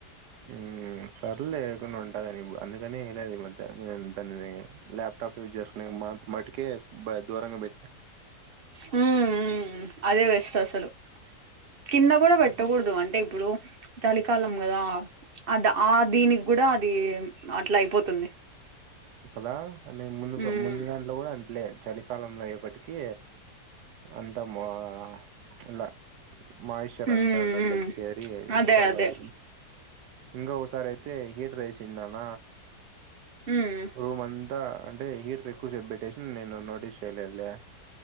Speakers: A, on the right (about 80°); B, on the right (about 45°).
A: మ్మ్ సర్ లేకుండా ఉంటా కాని అందుకని ఈ మధ్య దాని ల్యాప్టాప్ యూజ్ చేసుకు నేను మా మాటికే దూరంగా పెట్నా
B: మ్మ్ మ్మ్ అదే వెస్ట్ అసలు కింద కూడా పెట్టకూడదు
A: హ్మ్.
B: అంటే ఇప్పుడు చలికాలం కదా అద్ ఆ దీని కూడా అది అట్లా అయిపోతుంది
A: కదా అని ముందుగా
B: ఉమ్
A: ముందు దాంట్లో కూడా అట్లే చలికాలం అయ్యేపటికీ అంతా మా ఇలా మాయిశ్చర్
B: ఉమ్
A: అంతా దాన్లేకి చేేరి
B: అదే
A: చల్లగా
B: అదే
A: అయిపోయింది ఇంగా ఒకసారయితే హీటర్ ఏసిన్నాన
B: ఉమ్
A: రూమంతా అంటే హీటర్ ఎక్కువ సేపు పెట్టేసిన నేను నోటీస్ చెయలేదులే